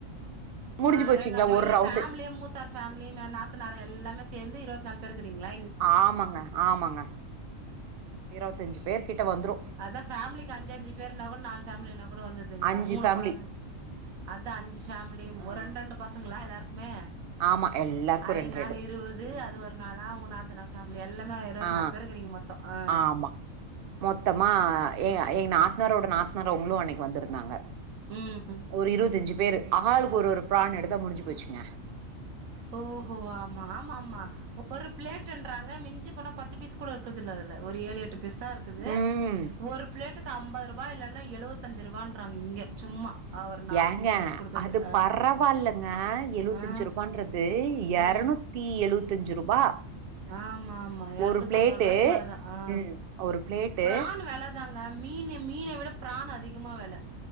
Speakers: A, on the right; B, on the right.
A: முடிஞ்சு
B: அடங்கப்பா
A: போச்சுங்களா ஒரு
B: இல்ல
A: ரவுண்டு
B: ஃபேமிலிய முச் மூத்தார் பேமிலி ந நாத்தனார் எல்லாமே சேந்து இருவத்தி நாலு பேருக்குறீங்களா
A: ஆமாங்க ஆமாங்க இருபத்தஞ்சு பேரு கிட்ட வந்துரு
B: அதா ஃபேமலிக்கு அஞ்சஞ்சு பேருனா கூட நாலு ஃபேமலின்னா கூட வந்தருதுங்களா
A: அஞ்சு
B: மூனு
A: ஃபேமிலி
B: கொழந்த அதா அஞ்சு ஃபேமலியு
A: ம்
B: ஒரு ரெண்டு ரெண்டு பசங்களா எல்லாருக்குமே
A: ஆமா எல்லாருக்கு
B: ஐ
A: ரெண்டு
B: நால்
A: ரெண்டு
B: இருபது
A: ம்
B: அது ஒரு னாலா உங் நாத்தனார் ஃபேமிலி எல்லாமே இருவத்நாலு
A: ஆ
B: பேருயிருக்கிறீங்க மொத்தோ அ
A: ஆமா மொத்தமா எங் எங்க நாத்னாரோட நாத்னாரு அவுங்களு அன்னைக்கி வந்துருந்தாங்க
B: ம்
A: ஒரு இருவத்தஞ்சு பேரு ஆளுக்கு ஒரு ஒரு பிரான் எடுத்தா முடிஞ்சு போச்சுங்க
B: ஓ ஹோ ஆமாமா ஆமா ஒரு பிளேட்ன்றாங்க மிஞ்சி போனா பத்து பீஸ் கூட இருக்கரதுல்ல அதுல ஒரு ஏழு எட்டு பீஸ் தா இருக் குது
A: ம்
B: ஒரு பிளேட்டுக்கு ஐம்பது ரூபாய் இல்லன்னா எழுவத்தஞ்சு ரூபான்றாங்க இங்க சும்மா ஒரு நாலு
A: ஏங்க
B: பீஸ் வச்சு குடுக்குறது
A: அது
B: ஆ
A: பரவாயில்லங்க எழுவத்தஞ்சு
B: ஆ
A: ரூபான்றது து
B: ம்
A: எரநூத்தி எழுவத்தஞ்சு ரூபா
B: ஆமாமா எரநூத்தி
A: ஒரு பிளேட்டு
B: அம்பது ரூபாய்க்கி மேலதா ஆ
A: ம் ஒரு பிளேட்டு
B: பிரான் வெல தாங்க மீனு மீன விட பிரான் அதிகமா வெல